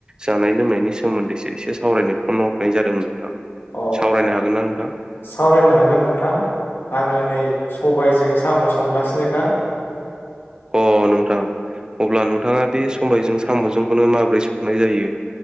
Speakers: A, on the right; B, on the left.
A: जानाय लोंनायनि सोमोन्दैसो एसे सावरायनो फन हरनाय जादोंमोन नोंथां।
B: अ
A: सावरायनो हागोन ना नोंथां?
B: सावरायनो हागोन नोंथां आङो नै सबायजों साम' संगासिनोखा।
A: अ नोंथां अब्ला नोंथाङा बे सबायजों साम'जोंखौनो माबोरै संनाय जायो